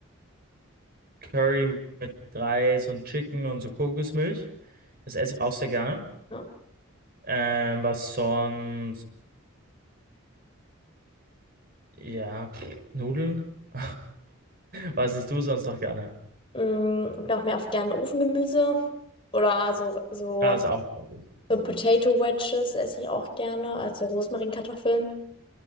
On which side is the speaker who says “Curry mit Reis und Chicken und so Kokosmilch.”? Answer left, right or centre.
Right